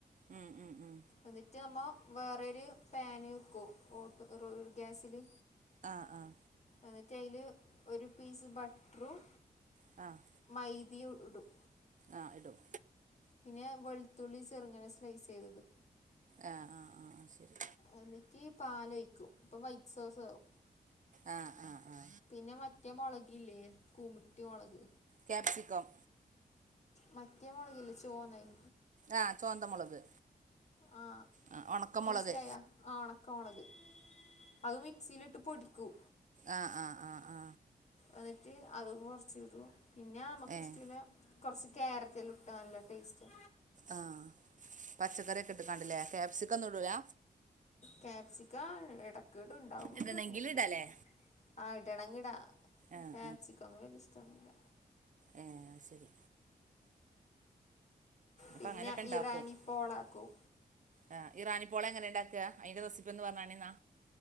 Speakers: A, on the right; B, on the left.
A: ഉം ഉം ഉം.
B: എന്നിട്ട് നമ്മ വേറൊരു പേന് ക്കും ഓട്ട് ഒറു ഗ്യാസില്.
A: അ ആഹ്‌.
B: എന്നിട്ട് അയില് ഒരു പീസ് ബട്ട്റും
A: ആ.
B: മൈദിയും ഇടും.
A: ആഹ്‌ ഇടും.
B: പിന്നെ വെൾത്തുള്ളി ചെറുങ്ങനെ സ്ലൈസ് യ്തത്.
A: ആ ആ ആ ശരി.
B: എന്നിട്ട് പാലൊയ്ക്കും അപ്പോ വൈറ്റ് സോസാവും.
A: ആ ആ ആ.
B: പിന്നെ മറ്റേ മൊളക് ല്ല്യേ കൂമ്പിട്ടി മൊളക്.
A: ക്യാപ്സിക്കം.
B: മറ്റേ മൊളക് ല്യാ ചോന്നഅ്.
A: ആ ചോന്തമുളക്.
B: ആ
A: ആഹ് ഒണക്കമുളക്
B: മെനസിലായ ആ ഉണക്ക മുളക് അത് മിക്സിയിലിട്ട് പൊടി ഹ്
A: അ ആ ആ ആ
B: എന്നിട്ട് അ അതും കുറച്ച ഇടും പിന്നെ നമക്ക്
A: ഏഹ്
B: ഇഷ്ടഉള്ള കുറച്ച് ക്യാരറ്റല്ലാം ഇട്ട നല്ല ടേസ്റ്റാ
A: ആ പച്ചക്കറിയൊക്കെട്ടക്കാണ്ടില്ലേ ക്യാപ്സികൊന്നുടുലാ?
B: ക്യാപ്സിക്ക ഇടക്കിടും ഇണ്ടാവുമ്പോ
A: ഇടണെങ്കില്
B: ഇണ്ടാവുമ്പോ ഇടും.
A: ഇടാല്ലേ
B: ആ ഇടണങ്കിഇടാ
A: ആഹ്
B: ക്യാപ്സിക്കം ഒന്നും വലിയ ഇഷ്ടമൊന്നുമില്ല.
A: ഏ ശരി.
B: പിന്നെ
A: അപ്പ അങ്ങനെയൊക്കെ ഇണ്ടാക്കും
B: ഇറാനിപ്പോളാക്കും.
A: ആ ഇറാനി പോളെങ്ങനെണ്ടാക്കാ? അയിന്റെറെസിപ്പി എന്ന് പറഞ്ഞാണിന്നാ.